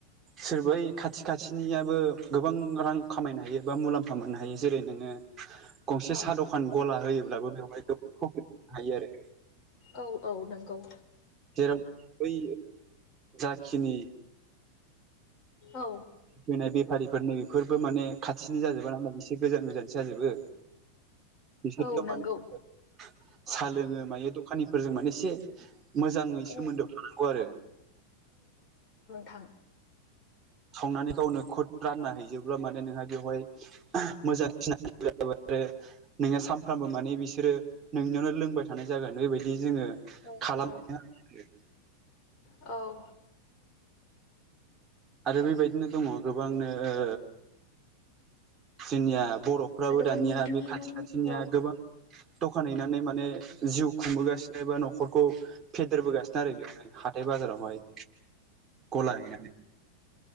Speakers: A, on the right; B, on the left.
A: सोरबै खाथि खाथिनियाबो गोबां रां खामायनो हायो बा मुलाम्फा मोननो हायो जेरै नोङो गंसे
B: औ
A: साहा दखान गला होयोब्लाबो बेवहाय गोबां प्रफिट मोननो हायो आरो
B: औ औ नंगौ
A: जेराव बै जाखिनि
B: औ
A: होनाय बेफारिफोर नै बेफोरबो माने खाथिनि जाजोबा नामा एसे गोजान गोजानसो जाजोबो बिसोरथ'
B: औ नंगौ
A: माने साहा लोङो मायो यो दखानिफोरजों माने एसे मोजाङै सोमोन्दोआव
B: औ
A: थानांगौ आरो
B: थां
A: सावनानै गावनो खुद रानना हैजोबब्ला माने नोंहा बेवहाय मोजां सिनाय आरो नोङो सानफ्रामबो माने बिसोरो नोंनियावनो लोंबाय थानाय जागोन बेबायदि जोङो
B: औ
A: खालामनो
B: औ
A: हायो
B: औ
A: आरो बेबायदिनो दङ गोबांनो ओ जोंनिया बर'फ्राबो
B: आरोबाव
A: दानिया बे खाथि
B: नों
A: खाथिनिया
B: औ
A: गोबां दखान हैनानै माने जिउ खुंबोगासिनो बा न'खरखौ फेदेरबोगासिनो आरो हा हाथाय बाजारावहाय गला हैनानै